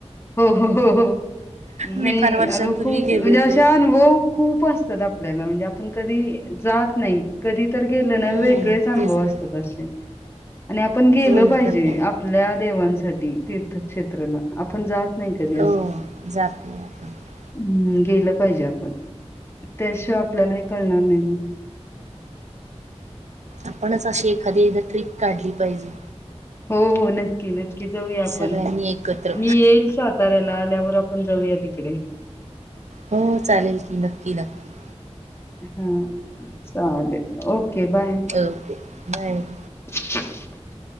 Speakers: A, on the left (about 20°); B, on the right (about 80°).
A: हो हो हो,
B: मी
A: नाही
B: फार वर्षांपूर्वी
A: अगं खूप
B: गेले
A: म्हणजे,
B: होते
A: अशा अनुभव खुप असतात. आपल्याला म्हणजे, आपण कधी जात नाही. तर गेले, ना
B: हम्म
A: वेगळेच
B: तेच
A: अनूभव
B: ना
A: असतात. अशे आणि आपण गेलं
B: हो ना
A: पाहिजे,
B: तर काय
A: आपल्या देवांसाठी तीर्थक्षेत्राला आपण जात नाही कधी अस
B: हो जात नाही आपण
A: हम् गेलं पाहिजे. आपण त्याशिवाय आपल्याला हे कळणार नाही, ना.
B: आपणच अशी एखादी एकदा ट्रिप काढली पाहिजे.
A: हो, हो नक्की नक्की. की जाऊया, आपण
B: सगळ्यांनी एकत्र
A: मी येईल साताऱ्याला आल्यावर आपण जाऊया तिकडे.
B: हो, चालेल की नक्की नक्की.
A: हा चालेल, ओके बाय!
B: Okay bye
A: <unintelligible>